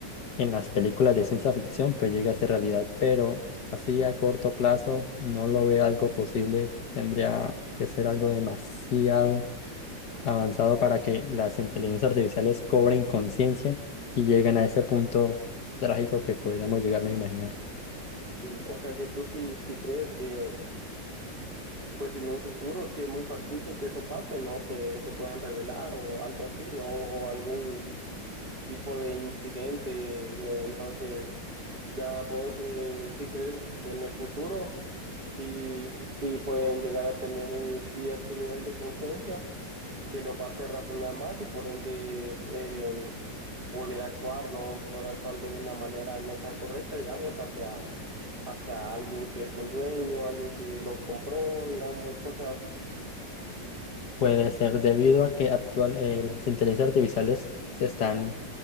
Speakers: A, on the left (about 65°); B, on the right (about 30°).
A: en las películas de ciencia ficción pues llegue a ser realidad, pero así a corto plazo no lo veo algo posible, tendría que ser algo demasiado avanzado para que las inteligencias artificiales cobren conciencia y lleguen a ese punto trágico que podríamos llegarnos a imaginar.
B: Sí, o sea que tú sí, sí crees que, pues en un futuro sí es muy factible que eso pase, ¿no? Que se puedan revelar o algo así, ¿no? O algún tipo de incidente. eh, Entonces, ya vos eh, sí crees que en el futuro sí, sí pueden llegar a tener un cierto nivel de conciencia que los va a hacer razonar más y por ende eh, poder actuar, ¿no? Poder actuar de una manera no tan correcta, digamos, hacia, hacia alguien que es un dueño, alguien que lo compró, digamos, cosas así.
A: Puede ser debido a que actual, eh, las inteligencias artificiales se están